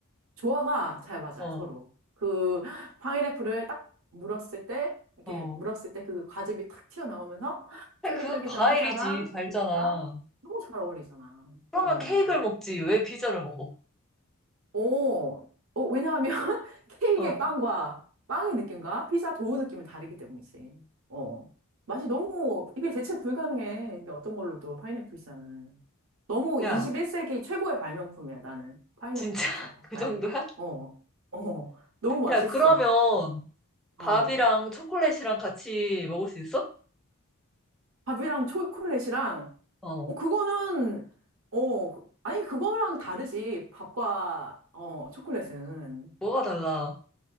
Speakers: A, on the right; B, in the centre.
A: 조화가 잘 맞아,
B: 어.
A: 서로. 그 파인애플을 딱 물었을 때, 이렇게
B: 어.
A: 물었을 때 그 과즙이 탁 튀어나오면서
B: 그래,
A: 쫄깃쫄깃한
B: 그건 과일이지.
A: 피자랑
B: 달잖아.
A: 고기가 너무 잘 어울리잖아.
B: 그러면
A: 어.
B: 케이크를 먹지.
A: 그러니까
B: 왜 피자를 먹어?
A: 어, 어, 왜냐하면 <laughs> 케이크의
B: 어.
A: 빵과 빵의 느낌과 피자 도우 느낌이 다르기 때문이지. 어. 맛이 너무, 이게 대체 불가능해. 이게 어떤 걸로도 파인애플 피자는. 너무 21세기
B: 야,
A: 최고의 발명품이야, 나는. 파인애플
B: 진짜 <laughs>
A: 피자가,
B: 그
A: 나에게.
B: 정도야?
A: 어, 어. 너무 맛있어.
B: 야, 그러면
A: 어.
B: 밥이랑 초콜릿이랑 같이 먹을 수 있어?
A: 밥이랑 초콜릿이랑,
B: 어.
A: 어, 그거는, 어, 아니, 그거랑 다르지. 밥과, 어, 초콜릿은.
B: 뭐가 달라?